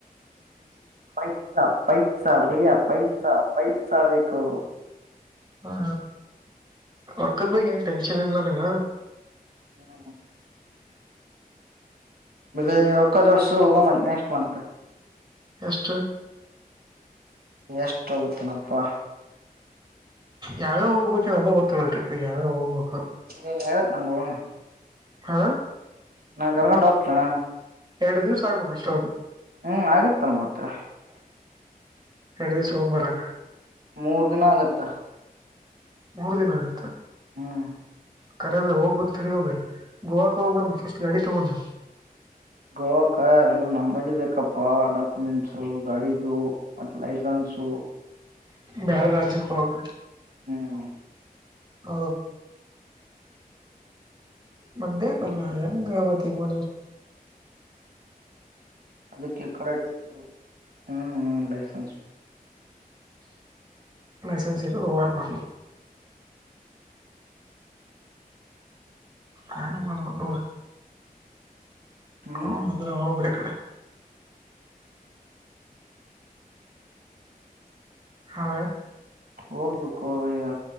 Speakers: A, on the right; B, on the right.
A: ಪೈಸಾ ಪೈಸಾ ಭೈಯ ಪೈಸಾ ಪೈಸಾ ಪೈಸಾ ಬೇಕು
B: ಹಾ ರೊಕ್ಕದ ಬಗ್ಗೆ ಏನ್ ಟೆನ್ಷನ್ ಇಲ್ಲ ನನ್ನಗ
A: ಹ್ಮ್ ಬಗ ರೊಕ್ಕದ್ ಜೋಡಿಸು ಹೋಗುಣಂತ್ ನೆಕ್ಸ್ಟ್ ಮಂತ್
B: ಎಷ್ಟ
A: ಎಷ್ಟ ಹೋಗುತ್ತೇನಪ್ಪಾ
B: ಯಾವ ಯಾವ್ ಹೋಗ್ಬೇಕು ಅ ಗೊತ್ತಲ್ಲ ಟಿಪ್ಗ ಯಾವೇವ ಹೋಗ್ಬೇಕು
A: <inaudible> ನಂಗಾಮ
B: ಹಾ
A: ನಾ ಕರ್ಕೊಂಡ್ ಹೋಗ್ತೇನ
B: ಎರಡು ದಿವ್ ಆಗಬೇಕ ಅಷ್ಟೇ ಅದು
A: ಹ್ಮ್ ಆಗತ್ತಲ್ ಮತ್ತೆ
B: ಎರಡು ದಿಸಕ ಹೋಗ್ ಬರಕ್ಕ
A: ಮೂರು ದಿನ ಆಗತ್ತ
B: ಮೂರ್ ದಿನ ಆಗುತ್ತಾ
A: ಹ್ಮ್
B: ಕರ ಭೆ ಹೋಗ ಬ ಹೋಗಬ ಗೋವಾಕ್ಕೆ ಹೋಗ್ಬೇಕ ಫಸ್ಟ್ ಗಾಡಿ ಇಷ್ಟ ಬಂದು
A: ಗೋವಾಕ ಎಲ್ಲ ನಮ್ಮದು ಬೇಕಪ್ಪಾ ಡಾಕ್ಯುಮೆಂಟ್ಸು ಗಾಡಿದು ಮತ್ ಲೈಸೆನ್ಸು
B: ಬಾರೇ ರಾಜ್ಯ ಕೊಗ
A: ಹ್ಮ್.
B: ಹ. ನ್ ಬೇಕಲ್ಲ ಹೆಂಗವತ್ತಗ ಮದ.
A: ಅದಕ್ಕೆ ಕಡೆಟ್ರಿ ಹ್ಮ್ ಲೈಸೆನ್ಸ್.
B: ಲೈಸೆನ್ಸ ಇ ರವಡ ಮಾಡ. ಆ ಮಾಡಬೇಕು ನೋಡ್ರಿ.
A: ಹ್ಮ್
B: ಹ ಅಂದ್ರೆ ನಾವು ಬೇರೆ ಕಡೆ. ಹೌದಾ <unintelligible>
A: ಹೋಗ್ಬೇಕು ಅವಯ್ಯ